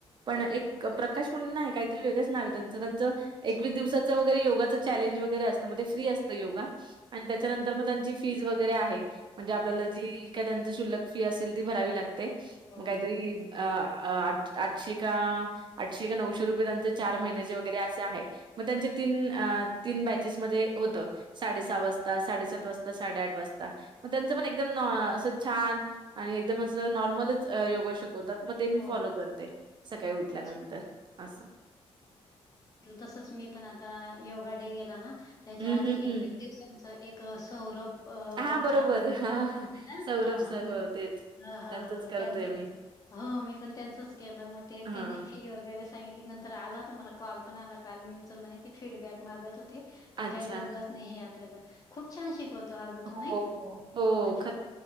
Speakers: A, on the right; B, on the left.
A: पण एक प्रकाश म्हणून नाही काहीतरी वेगळच नाव त्यांचं त्यांच
B: अच्छा
A: एकवीस दिवसाच वैगेरे योगाच चॅलेंज वगैरे असतं म्हणजे फ्री असतं योगा, आणि त्याच्यानंतर
B: हो
A: मग त्यांची फीज वगैरे आहे म्हणजे आपल्याला जी काय त्यांच शुल्क फी असेल ती भरावी लागते
B: हो
A: मग काहीतरी
B: नक्की
A: अ आ आठशे का आठशे का नऊशे रुपये त्यांचं चार महिन्याचे वगैरे असे आहे. मग त्यांचे तीन तीन बॅचेस मध्ये होत साडेसहा वाजता साडेसात वाजता साडेआठ वाजता मग त्यांचं पण एकदम असं छान आणि एकदम असं नॉर्मलच योगा शिकवतात. मग ते मी
B: हो
A: फॉलो करते सकाळी उठल्यानंतर
B: अच्छा
A: असं.
B: तसच मी पण आता योगा डे गेला ना त्याच्या
A: हं,
B: आधी
A: हं,
B: एकवीस
A: हं.
B: दिवसांच एक एक सौरभ
A: हां,
B: बोथ्रा
A: बरोबर.
B: म्हणून
A: हां, हां.
B: <unintelligible>
A: सौरभ
B: हा हा.
A: सर हो तेच.
B: ह ह
A: त्यांचंच
B: हो
A: करते
B: त्यांच
A: मी.
B: हो मी पण त्यांचच केलं मग ते
A: हां.
B: त्यांनी फी वगैरे सांगितली नंतर आला होता मला कॉल पण आला, काल मी उचला नाही ते फीडबॅक मागत होते. पण
A: अच्छा.
B: काही जमलंच नाही, हे आपल्या खूप छान शिकवतो, आग
A: हो,
B: तो नाही का!
A: हो. हो,
B: म्हणजे
A: खरं